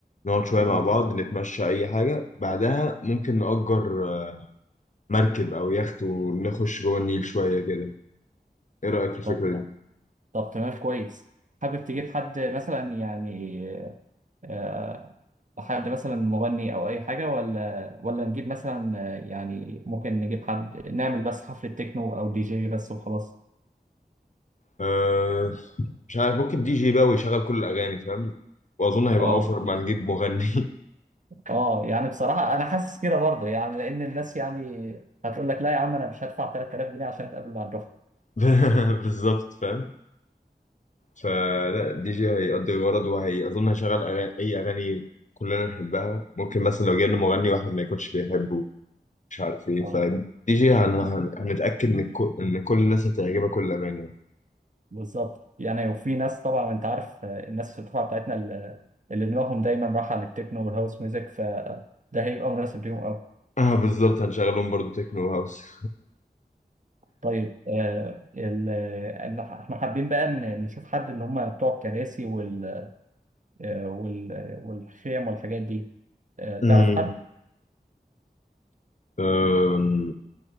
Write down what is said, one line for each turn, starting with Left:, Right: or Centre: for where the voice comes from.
Left: نقعد شوية
Right: مم.
Left: مع بعض نتمشى أي حاجة بعدها ممكن نأجر آه، مركب أو يخت ونخش جوه النيل شوية كده إيه رأيك في الفكرة
Right: طب
Left: دي؟
Right: طب تمام كويس حابب تجيب حد مثلا يعني آه، حد مثلا مغني او اي حاجه ولا ولا نجيب مثلا آه، يعني ممكن نجيب حد نعمل بس حفله تكنو او دي جي بس وخلاص
Left: أه مش عارف ممكن دي جي بقى ويشغل كل الأغاني فاهم؟ وأظن هيبقى
Right: اه
Left: أوفر ما نجيب مغني
Right: اه يعني بصراحه انا حاسس كده برضه يعني لان الناس يعني هتقول لك لا يا عم انا مش هدفع 3000 جنيه عشان اتقابل مع الدفعه
Left: <laughs> بالظبط فاهم؟ فلا الدي جي هيقضي الغرض وهي أظن هيشغل أغاني أي أغاني كلنا نحبها ممكن مثلا لو جبنا مغني واحد ما يكونش بيحبه مش عارف إيه
Right: اه
Left: فالدي جي هن... هن... هنتأكد إن كو... إن كل الناس هتعجبها كل الأغاني يعني.
Right: بالظبط يعني وفي ناس طبعا انت عارف آه، الناس في الدفعه بتاعتنا اللي اللي دماغهم دايما رايحه للتكنو والهاوس ميوزك فده هيبقى مناسب ليهم
Left: <laughs> اه بالظبط هنشغلهم برضو تكنو هاوس <laughs>
Right: طيب آه ال- آه، إن ح- احنا حابين بقى ن- نشوف حد اللي هم بتوع الكراسي وال آه، وال والخيم والحاجات دي آه، تعرف
Left: أمم.
Right: حد؟
Left: أم،